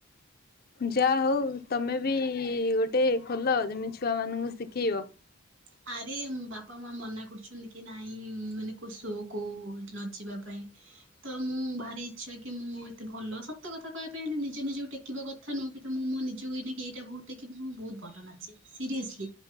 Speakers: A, on the left; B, on the right.
A: ଯାଆ ହୋଉ ତମେ ବି ଗୋଟେ ଖୋଲ, ଯେମିତି ଛୁଆ ମାନଙ୍କୁ ଶିଖେଇବ।
B: ହ ଆରେ ବାପା ମା ମନା କରୁଛନ୍ତି କି ନାଇଁ ମାନେ କୋଉ ଶୋ କୁ ନ ଯିବା ପାଇଁ। ତ ମୁଁ ଭାରି ଇଚ୍ଛା କି ମୁଁ ଏତେ ଭଲ। ସତ କଥା କହିବା ପାଇଁ ହେଲେ ନିଜେ ନିଜକୁ ଟେକିବା କଥା କଥା ନୁହଁ କିନ୍ତୁ, ତ ମୁଁ ମୋ ନିଜକୁ ଏଇ ନେଇକି ଏଇଟା ବୋହୁତ ଟେକିବି, କିନ୍ତୁ ମୁଁ ବୋହୁତ ଭଲ ନାଚେ, ସିରିଏସଲି।